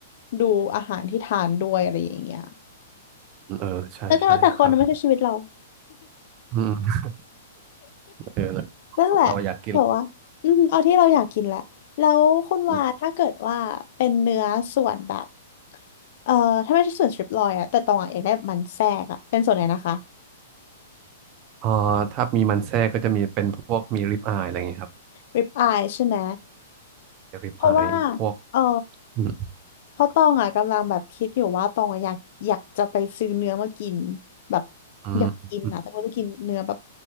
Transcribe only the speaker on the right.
เออใช่ใช่ครับ
อืมเออแล้วความสุขเราอยากกิน
อืม
เอ่าถ้ามีมันแทรกก็จะมีเป็นพวกมีริบอายอะไรอย่างเงี้ยครับ
ริบอายพวก
อืม
อืม